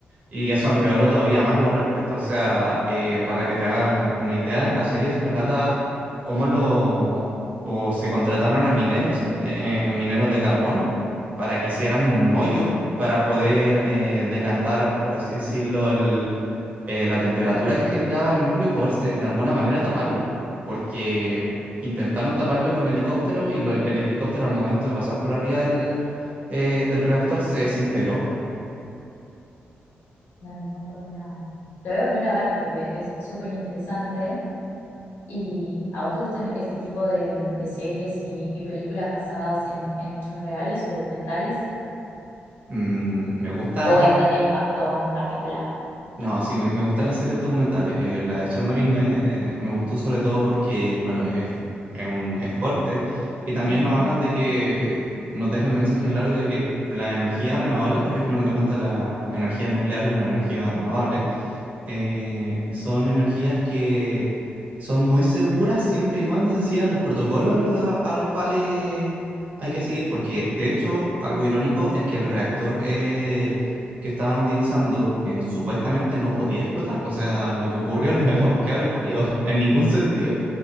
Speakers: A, on the right; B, on the left.
A: y eso empeoró todavía más la respuesta. O sea, eh, para que te hagan una idea, en la serie se relata cómo lo, o se contrataron a mineros, eh, mineros de carbón para que hicieran un hoyo para poder eh, decantar, por así decirlo, el- eh, la temperatura que generaba el núcleo y poder eh, de alguna manera taparlo. Porque intentaron taparlo con helicóptero y lo- el helicóptero al momento de pasar por arriba del, eh, del reactor se desintegró.
B: Ay, no me acuerdo nada. Lo voy a volver a ver porque es súper interesante. ¿Y a vos te gustan este tipo de, de series y, y películas basadas en, en hechos reales o documentales?
A: Mm, me gusta
B: ¿O esta te impactó en particular?
A: No, sí, me, me gustan las series documentales. Eh, la de Chernobyl me, me gustó sobre todo porque, bueno, es, es, un- es fuerte y también
B: Ujú,
A: nos hablan de que nos deja el mensaje claro de que la energía renovable, porque al final de cuentas la energía nuclear es una energía renovable, eh, son energías que son muy seguras siempre y cuando se sigan los protocolos lo- a a los cuales hay que seguir, porque de hecho algo irónico es que el reactor eh, que estaban utilizando eh, supuestamente no podía explotar, o sea, lo que ocurrió no <laughs> debería por qué haber ocurrido <laughs> en ningún sentido,